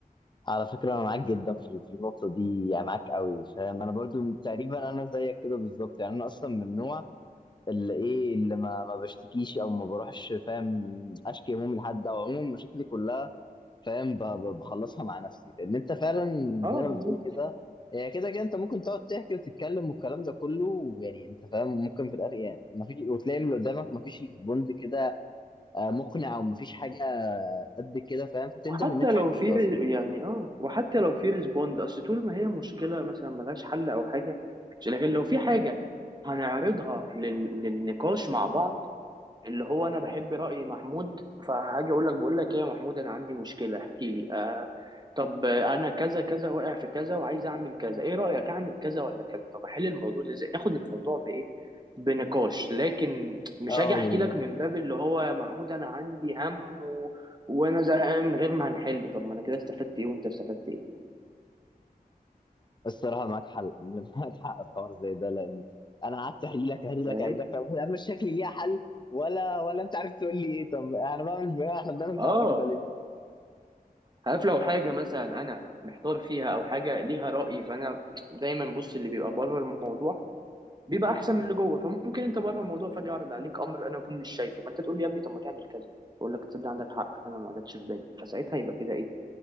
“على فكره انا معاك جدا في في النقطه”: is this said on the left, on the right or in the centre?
Left